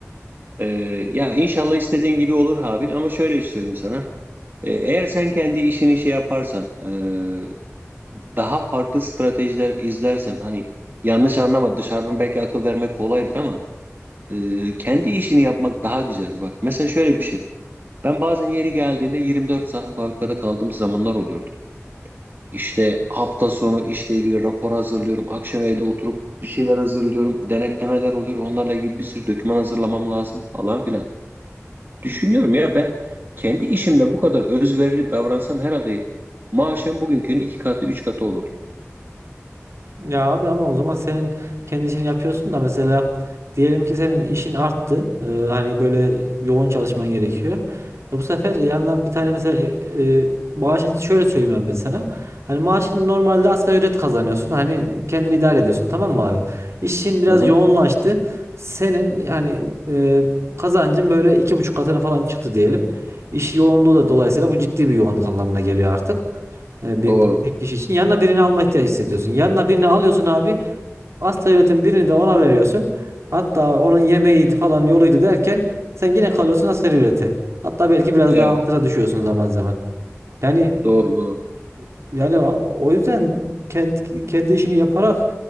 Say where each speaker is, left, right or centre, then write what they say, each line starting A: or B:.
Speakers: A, on the right; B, on the right.
A: Ee, ya inşallah istediğin gibi olur Habil ama şöyle söyleyeyim sana. Ee, eğer sen kendi işini şey yaparsan, e, daha farklı stratejiler izlersen, hani yanlış anlama dışarıdan belki akıl vermek kolaydır ama e, kendi işini yapmak daha güzeldir. Bak mesela şöyle bir şey. Ben bazen yeri geldiğinde 24 saat fabrikada kaldığım zamanlar oluyordu. İşte hafta sonu işle ilgili rapor hazırlıyorum. Akşam evde oturup bir şeyler hazırlıyorum. Denetlemeler oluyor. Onlarla ilgili bir sürü doküman hazırlamam lazım falan filan. Düşünüyorum ya ben kendi işimde bu kadar özverili davransam herhalde maaşım bugünkünün iki katı, üç katı olurdu.
B: Ya abi ama o zaman senin kendi işini yapıyorsun da mesela diyelim ki senin işin arttı. Ee, hani böyle yoğun çalışman gerekiyor. E bu sefer yanına bir tane mesela e, e, maaşın şöyle söyleyeyim abi ben sana. Hani maaşın normalde asgari ücret kazanıyorsun. Hani kendini idare ediyorsun tamam mı abi? İşin biraz
A: Aha,
B: yoğunlaştı. Senin yani e, kazancın böyle iki buçuk katına falan çıktı diyelim. İş yoğunluğu da dolayısıyla bu ciddi bir yoğunluk anlamına geliyor artık. E, bir
A: doğru.
B: bir tek kişi için yanına birini alma ihtiyacı hissediyorsun. Yanına birini alıyorsun abi. Asgari ücretin birini de ona veriyorsun. Hatta onun yemeğiydi falan yoluydu derken sen yine kalıyorsun asgari ücrete. Hatta belki biraz
A: Evet,
B: daha altına düşüyorsun zaman zaman. Yani
A: doğru, doğru.
B: e, yani o yüzden kendi kendi işini yaparak